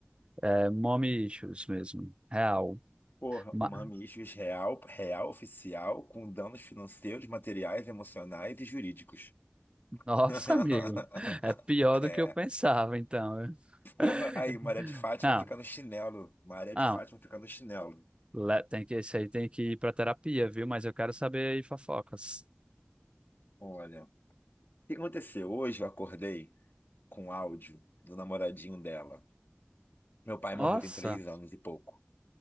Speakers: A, on the right; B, on the left.
A: é, mommy issues mesmo, real.
B: Porra,
A: Ma-
B: Mami Issues real, real oficial, com danos financeiros, materiais, emocionais e jurídicos.
A: <laughs> Nossa,
B: <laughs>
A: amigo, é pior do
B: É,
A: que eu pensava. Então,
B: porra,
A: <laughs>
B: aí, Maria de Fátima
A: não.
B: fica no chinelo. Maria
A: Não,
B: de Fátima fica no chinelo.
A: Le- Tem que, esse aí tem que ir pra terapia, viu? Mas eu quero saber aí fofocas.
B: Olha. O que aconteceu? Hoje eu acordei com um áudio do namoradinho dela. Meu pai
A: Nossa!
B: morreu tem três anos e pouco.